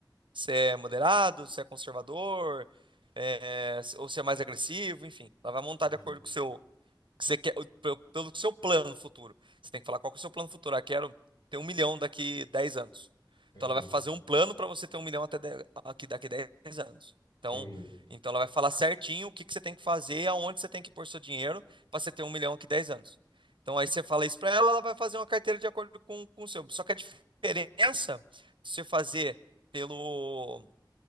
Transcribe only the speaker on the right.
se é moderado, se é conservador, é, se- ou se é mais agressivo, enfim. Ela vai montar
de acordo com o seu, que você quer, pelo, pelo seu plano futuro. Você tem que falar qual que é o seu plano futuro. Ah, quero ter um milhão daqui 10 anos.
Então ela vai fazer um plano para você ter um milhão até de- aqui, daqui dez anos. Então,
então ela vai falar certinho o que, que você tem que fazer e aonde você tem que pôr seu dinheiro para você ter um milhão aqui 10 anos. Então aí você fala isso para ela, ela vai fazer uma carteira de acordo com, com o seu. Só que a diferença de você fazer pelo